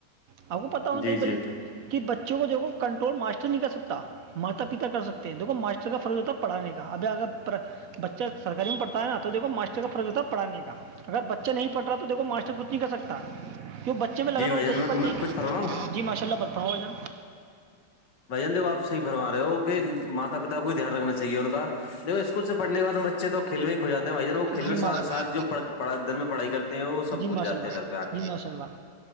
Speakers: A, on the right; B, on the left.
A: آپ کو پتا ہونا
B: جی
A: چاہیے
B: جی
A: بھائی کہ بچوں کو دیکھو کنٹرول ماسٹر نہیں کر سکتا ماتا پتا کر سکتے ہیں دیکھو ماسٹر کا فرض ہوتا ہے پڑانے کا ابھی اگر بچہ سرکاری میں پڑتا ہےا تو دیکو ماسٹر کا فرض ہوتا پڑھانے کا اگر بچہ نہیں پڑ رہا تو دیکھو ماسٹر کچھ نہیں کر سکتا کیوں بچے میں لگن
B: جی بھائی
A: ہونی
B: جان
A: چاہیے
B: میں
A: پڑھنے
B: میں کچھ فرماؤں
A: کی جی ماشاء اللہ برپ ہو جان
B: بھجن دو آ صح فرما رہ ہو کہ ماتا پتا کو بھی دھیان رکھنا چاہیے ان کا دیکو اس اسکول سےڑھنے کے بعد بچے تو کھیل میں ہی کھ جاتے ہیں بھائی جن وہ کھیل میں
A: جی ماشاء اللہ
B: ساری جوڑھ دن میں پڑھائی کرتے ہیں وہ سب
A: جی
B: بھول
A: ماشاء
B: جات
A: اللہ
B: ہیں گھر پہ آ کے
A: جی ماشاء اللہ